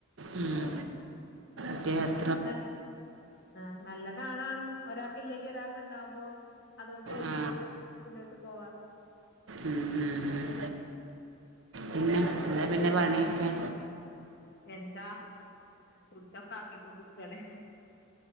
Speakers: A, on the right; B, on the left.
A: ഉം. <unintelligible>
B: ന്ന ആഹ് നല്ല രാണാണും ഒരാക്ക്ല്ലെങ്കി ഒരാക്ക്ണ്ടാവ്മ്പോ അതുകൊണ്ട് നമക്ക്
A: ആ
B: മുന്നോട്ട് പോവാം
A: ഉം ഉം ഉം പിന്നെ
B: ആഹ്
A: ന്താപിന്നെ പണിയൊക്കെ
B: എന്താ ഫുഡ്ഡൊക്കെ ആക്കിക്കൊണ്ട്ക്കാണ്